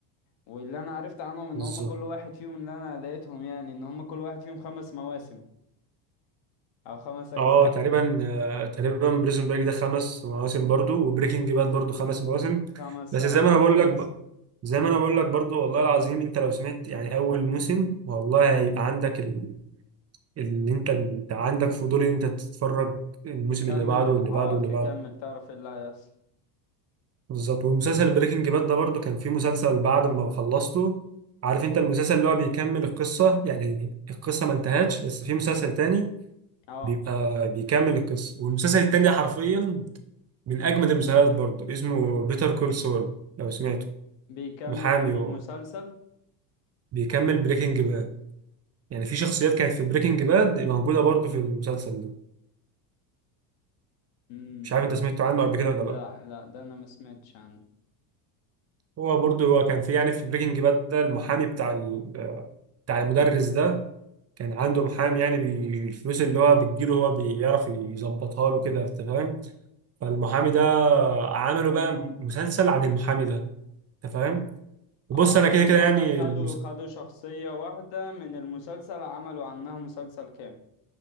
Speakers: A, on the left (about 60°); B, on the right (about 30°).
A: واللي انا عرفت عنهم ان
B: بالظبط
A: هم كل واحد فيهم اللي انا لقيتهم يعني ان هم كل واحد فيهم خمس مواسم او خمس اجزاء
B: اه تقريبا آه، تقريبا بريزون بريك ده خمس مواسم برضه وبريكنج باد برضه خمس مواسم
A: خمس
B: بس
A: اه
B: زي ما أنا بقول لك ب... زي ما أنا بقول لك برضه والله العظيم أنت لو سمعت يعني أول موسم والله هيبقى عندك ال... اللي أنت أنت عندك فضول إن أنت تتفرج الموسم
A: تكمل
B: اللي بعده واللي
A: اه
B: بعده واللي
A: تكمل
B: بعده
A: تعرف ايه اللي هيحصل
B: بالظبط ومسلسل بريكنج باد ده برضه كان فيه مسلسل بعد ما خلصته عارف انت المسلسل اللي هو بيكمل القصة يعني القصة ما انتهتش بس في مسلسل تاني
A: اه
B: بيبقى بيكمل القصة والمسلسل التاني حرفيا من أجمد المسلسلات برضه اسمه بيتر كول سول لو سمعته
A: بيكمل
B: محامي
A: انهي
B: و-
A: مسلسل
B: بيكمل بريكنج باد يعني في شخصيات كانت في بريكنج باد موجودة برضه في المسلسل ده
A: امم
B: مش عارف انت سمعته عنه قبل كده ولا
A: لا
B: لا
A: لا ده انا ما سمعتش عنه
B: هو برضه هو كان في يعني في بريكنج باد ده المحامي بتاع ال- بتاع المدرس ده كان عنده محامي يعني بي... الفلوس اللي هو بتجيله هو بيعرف يظبطها له كده انت فاهم فالمحامي ده عملوا بقى مسلسل عن المحامي ده انت فاهم بص
A: اه
B: انا
A: يعني
B: كده كده
A: هما
B: يعني
A: خدوا
B: المس...
A: خدوا شخصية واحدة من المسلسل عملوا عنها مسلسل كامل